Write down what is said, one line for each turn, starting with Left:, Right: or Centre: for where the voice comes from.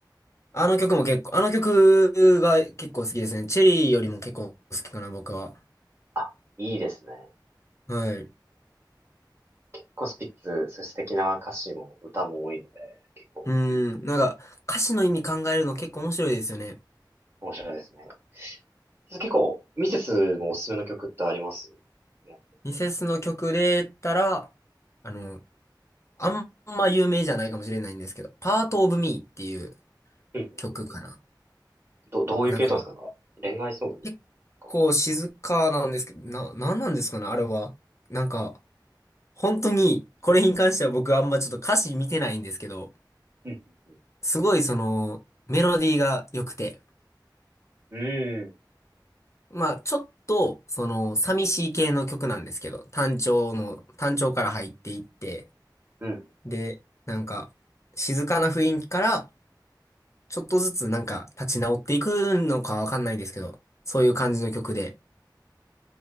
Left: あの曲も結構、あの曲が結構好きですね。チェリーよりも結構好きかな、僕は。
Right: あ、いいですね。
Left: はい。
Right: 結構スピッツ、そういう素敵な歌詞も歌も多いので、結構いいです。
Left: うん、なんか歌詞の意味考えるの結構面白いですよね。
Right: 面白いですね。結構、ミセスもおすすめの曲ってありますいや、
Left: ミセスの曲で言ったら、あの、あんま有名じゃないかもしれないんですけど、パートオブミーっていう
Right: うんうんうんうん。
Left: 曲かな。
Right: ど、どういう系統ですかなんか恋愛ソング
Left: なんか、結構静かなんですけど、
Right: か
Left: な、なんなんですかね、あれは。なんか、本当に、これに関しては僕あんまちょっと歌詞見てないんですけど、
Right: うんうん
Left: すごいその、メロディーが良くて、
Right: うん。う
Left: まあ、ちょっと、その、寂しい系の曲なんですけど、単調の、単調から入っていって、
Right: ん。うん。
Left: で、なんか、静かな雰囲気から、ちょっとずつなんか、立ち直っていくのかわかんないんですけど、そういう感じの曲で。